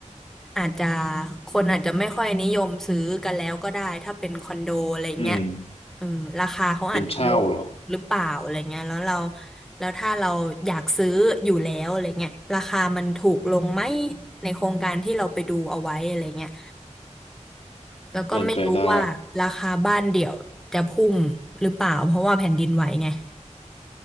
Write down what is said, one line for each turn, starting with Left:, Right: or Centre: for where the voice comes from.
Centre: อาจจะคนอาจจะไม่ค่อยนิยมซื้อกันแล้วก็ได้ถ้าเป็นคอนโดอะไรเงี้ย
Left: อืม
Centre: เออราคาเขาอาจจะลงหรือเปล่าอะไรเงี้ยแล้วเรา
Left: เป็นเช่าเหรอ
Centre: แล้วถ้าเราอยากซื้ออยู่แล้วอะไรเงี้ยราคามันถูกลงไหมในโครงการที่เราไปดูเอาไว้อะไรเงี้ย แล้วก็ไม่รู้ว่าราคาบ้านเดี่ยวจะพุ่งหรือเปล่าเพราะว่าแผ่นดินไหวไง
Left: เป็นไปได้